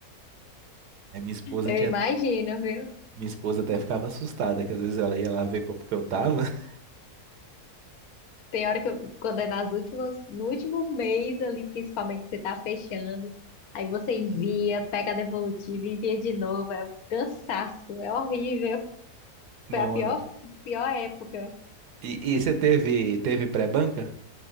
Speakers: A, on the right (about 85°); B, on the left (about 70°).
A: Aí minha esposa
B: Eu
A: tinha,
B: imagino, viu?
A: minha esposa até ficava assustada, que às vezes ela ia lá ver como que eu tava. <laughs>
B: Tem hora que eu- quando é nas últimas, no último mês ali, principalmente, que você tá fechando, aí você envia, pega a devolutiva, envia de novo. É um cansaço, é horrível.
A: Nossa.
B: Foi a pior, pior época.
A: E, e você teve, teve pré-banca?